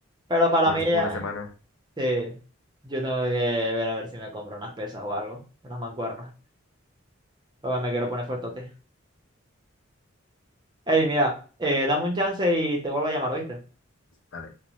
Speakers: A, on the right (about 20°); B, on the left (about 65°).
A: Pero para
B: Una,
A: mí, ya-
B: una semana,
A: sí, yo tengo que ver a ver si me compro unas pesas o algo, unas mancuernas. Porque me quiero poner fuertote. Ey, mira, eh, dame un chance y te vuelvo a llamar, ¿oíste?
B: dale.